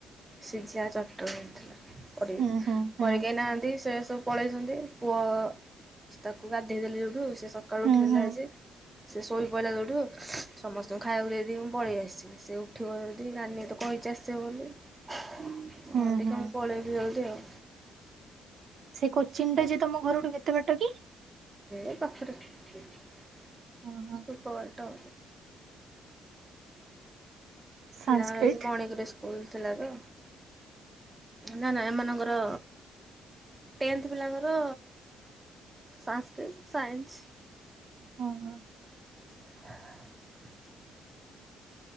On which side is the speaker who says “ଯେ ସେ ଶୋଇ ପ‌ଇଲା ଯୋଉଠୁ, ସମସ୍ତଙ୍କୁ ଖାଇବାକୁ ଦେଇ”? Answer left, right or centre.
Right